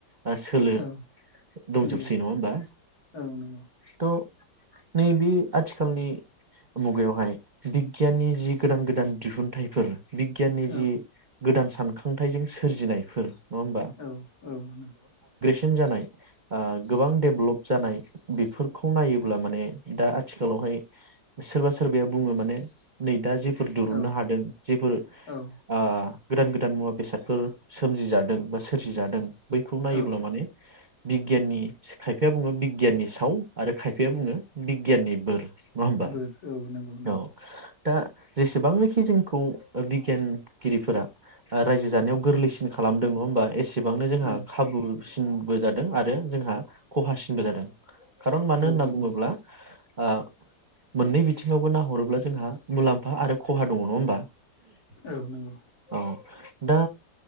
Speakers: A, on the right (about 35°); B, on the left (about 60°).
A: ओ- सोलो
B: औ
A: दंजोबसै
B: नंगौ
A: नङा होमबा
B: औ नंगौ
A: थ' नैबे आथिखालनि मुगायावहाय बिगियाननि जि गोदान गोदान दिहुनथाइफोर बिगियाननि
B: औ
A: जि गोदान सान खांथाइजों सोरजिनाय। फोर नङा होमबा?
B: औ औ नंगौ।
A: बांजों जानाय ओ- गोबां देभेलप जानाय बिफोरखौ नायोब्ला माने दा आथिखालावहाय सोरबा सोरबाया बुङो माने नै दा जोब दुरुननो
B: औ
A: हादों जेफोर
B: औ
A: ओ- गोदान गोदान मुवा बेसादफोर सोमजिजादों बा सोरजिजादों बैखौ नायोब्ला
B: औ
A: माने बिगियाननि खायफाया बुङो बिग बिगियाननि साव आरो खायफाया बुङो बिगियाननि बोर। नङा होमबा
B: बोर औ नंगौ नंगौ।
A: औ दा जेसेबांनोखि जोंखौ ओ-बिगियानगिरिफोरा ओ- रायजो जानायाव गोरलैसिन खालामदों नङा होनबा? एसेबांनो जोंहा
B: औ
A: खाबुसिनबो जादों आरो जोंहा खहासि नबो जादों खारन मानो
B: औ
A: होनना
B: नंगौ
A: बुङोब्ला ओ - मोननै बिथिङावबो नाहरोब्ला जोंहा मुलाम्फ बा आरो खहा दङ नङा होमबा
B: औ नंगौ
A: औ दा